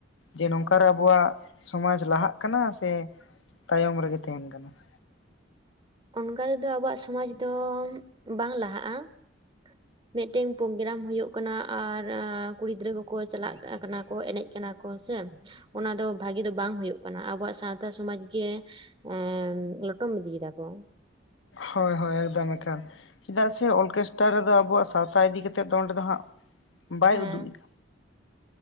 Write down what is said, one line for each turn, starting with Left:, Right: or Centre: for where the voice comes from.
Left: ᱡᱮ ᱱᱚᱝᱠᱟᱮ ᱟᱵᱚᱣᱟᱜ ᱥᱚᱢᱟᱡᱽ ᱞᱟᱦᱟᱜ ᱠᱟᱱᱟ ᱥᱮ ᱾ ᱛᱟᱭᱚᱢ ᱨᱮᱜᱮ ᱛᱟᱦᱮᱱ ᱠᱟᱱᱟ ᱾
Right: ᱚᱱᱠᱟ ᱛᱮᱫᱚ ᱟᱵᱚᱣᱟᱜ ᱥᱚᱢᱟᱡᱽ ᱫᱚ ᱵᱟᱝ ᱞᱟᱦᱟᱜᱼᱟ ᱾ ᱢᱤᱫᱴᱮᱱ ᱯᱨᱳᱜᱨᱟᱢ ᱦᱩᱭᱩᱜ ᱠᱟᱱᱟ ᱟᱨ ᱠᱩᱲᱤ ᱜᱤᱫᱽᱨᱟᱹ ᱠᱚᱠᱚ ᱪᱟᱞᱟᱜ ᱠᱟᱱᱟ ᱠᱚ ᱮᱱᱮᱡ ᱠᱟᱱᱟ ᱠᱚ ᱥᱮ ᱾ ᱚᱱᱟ ᱫᱚ ᱵᱷᱟᱜᱤ ᱫᱚ ᱵᱟᱝ ᱦᱩᱭᱩᱜ ᱠᱟᱱᱟ ᱟᱵᱚᱣᱟᱜ ᱥᱟᱶᱛᱟ ᱥᱚᱢᱟᱡᱽ ᱜᱮ ᱾ ᱮ ᱞᱚᱴᱚᱢ ᱤᱫᱤᱭ ᱫᱟᱠᱚ
Left: ᱦᱳᱭ ᱦᱳᱭ ᱮᱠᱫᱚᱢ ᱮᱠᱟᱫ ᱪᱮᱫᱟᱜ ᱥᱮ ᱚᱨᱠᱮᱥᱴᱟᱨ ᱨᱮᱫᱚ ᱟᱵᱚᱣᱟᱜ ᱥᱟᱶᱛᱟ ᱤᱫᱤ ᱠᱟ ᱠᱟᱛᱮᱫ ᱫᱚ ᱚᱸᱰᱮ ᱫᱚ ᱦᱟᱸᱜ ᱾ ᱵᱟᱭᱩᱫᱩᱜ
Right: ᱦᱮᱸ
Left: ᱮᱫᱟ